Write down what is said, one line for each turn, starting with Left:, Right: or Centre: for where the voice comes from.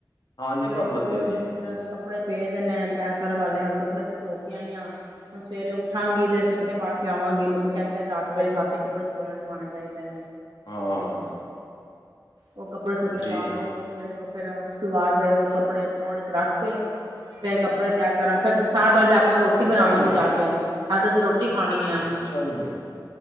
Left: ਹਾਂਜੀ
Right: ਮੇਰੇ
Left: ਸਭ
Right: ਸਗੋਂ
Left: ਵਧੀਆ ਜੀ।
Right: ਕੱਪੜੇ ਪਏ ਦੇ <unintelligible> ਹੁਣ ਕੱਪੜੇ ਧੋ ਕੇ ਆਈ ਆ। ਹੁਣ ਸਵੇਰੇ ਉੱਠਾਂਗੀ ਤੇ ਸੁੱਕਣੇ ਪਾ ਕੇ ਆਵਾਂਗੇ। ਮੰਮੀ ਕਹਿੰਦੇ ਰਾਤ ਵੇਲੇ ਛੱਤ ਤੇ ਕੱਪੜੇ ਸੁੱਕਣੇ ਨਹੀਂ ਪਾਉਣੇ ਚਾਹੀਦੇ।
Left: ਹਾਂ।
Right: ਉਹ ਕੱੜੇ ਸੁੱਕਣੇ
Left: ਜੀ
Right: ਪਾਉਣ ਉਤੋਂ ਫਿਰ ਫਿਰ ਉਸ ਤੋਂ ਬਾਅਦ ਫਿਰ ਕੱਪੜੇ ਪਾਉਣ ਚ ਰੱਖ ਕੇ ਫਿਰ ਕੱਪੜੇ ਤਿਆਰ ਕਰਾਂ। ਫਿਰ ਸਾਹ ਭਰ ਜਾ ਮੈਂ ਰੋਟੀ
Left: ਅੱਛਾ
Right: ਬਣਾਵਾਂਗੀ
Left: ਜੀ
Right: ਜਾ ਕੇ। ਆਜ ਅਸੀਂ ਰੋਟੀ ਖਾਣੀ ਹੈ
Left: ਅੱਛਾ ਜੀ‌।